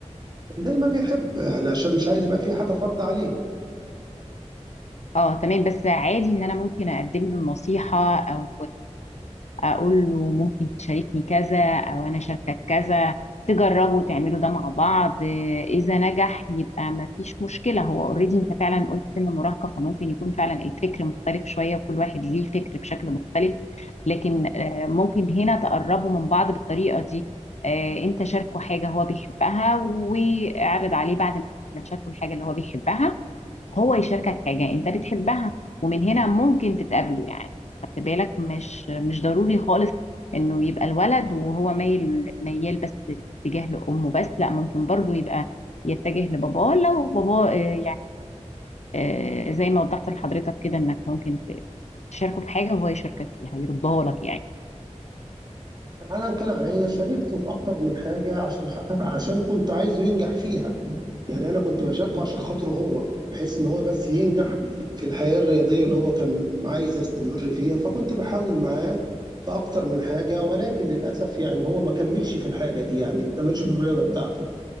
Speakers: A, on the right (about 35°); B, on the left (about 65°).
A: زي ما بيحب يعني عشان مش عايز يبقى في حاجه فرض عليه
B: اه تمام بس عادي ان انا ممكن اقدم له النصيحة او اقول له ممكن تشاركني كذا او انا شاركك كذا تجربوا تعملوا ده مع بعض آه، اذا نجح يبقى ما فيش مشكلة هو اوريدي انت فعلا قلت سن مراهقة فممكن يكون فعلا الفكر مختلف شوية وكل واحد ليه فكر بشكل مختلف لكن آه، ممكن هنا تقربوا من بعض بالطريقة دي آه، انت شاركه حاجة هو بيحبها واعرض عليه بعد ما تشاركه الحاجة اللي هو بيحبها هو يشاركك حاجة انت بتحبها ومن هنا ممكن تتقابلوا يعني خد بالك مش مش ضروري خالص انه يبقى الولد وهو مايل ميال بس اتجاه لامه بس لا ممكن برضو يبقى يتجه لباباه لو باباه آه، يعني آه، زي ما وضحت لحضرتك كده انك ممكن تشاركه في حاجه وهو يشاركك فيها يرضاه لك يعني
A: انا كان عليا شاركته في اكتر من حاجه عشان حقق- عشان كنت عايزه ينجح فيها يعني انا كنت بشاركه عشان خاطره هو بحيث ان هو بس ينجح في الحياه الرياضيه اللي هو كان عايز يستمر فيها فكنت بحاول معاه في اكتر من حاجه ولكن للاسف يعني هو ما كملش في الحاجه دي يعني ما كملش في الرياضه بتاعته